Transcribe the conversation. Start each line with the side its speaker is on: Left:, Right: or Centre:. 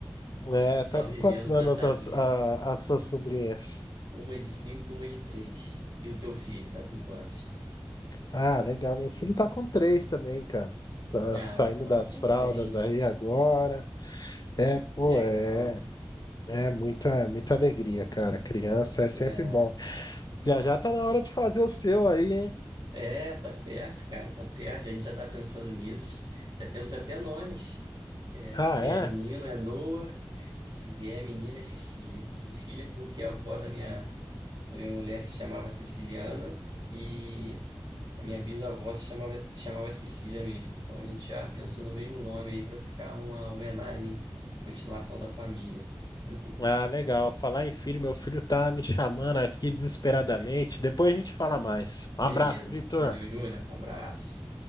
Left: É,
Right: Só
Left: tá com
Right: vivendo
Left: quantos anos
Right: pra saber.
Left: as, a- as suas sobrinhas?
Right: Uma de cinco e uma de três. E o teu filho tá com quantos?
Left: Ah, legal, meu filho tá com três também, cara. Tá
Right: Ah,
Left: saindo
Right: então
Left: das
Right: você
Left: fraldas
Right: entende.
Left: aí agora. É, pô,
Right: Legal.
Left: é, é muita, é muita alegria, cara. Criança é sempre
Right: É,
Left: bom. Já já tá na hora de fazer o seu aí, hein?
Right: é, tá perto, cara, tá perto. A gente já tá pensando nisso. Já temos até nomes. É,
Left: Ah,
Right: se vier
Left: é?
Right: menino é Noah, se vier menina é Cecília. Cecília porque é a avó da minha A minha mulher se chamava Siciliana e a minha bisavó se chamava, se chamava Sicília mesmo. Então a gente já pensou no mesmo nome aí para ficar uma homenagem, continuação da família. <laughs>
Left: Ah, legal. Falar em filho, meu filho tá me chamando aqui desesperadamente. Depois a gente fala mais. Um abraço,
Right: Beleza.
Left: Vitor.
Right: Valeu, Júnior. Abraço.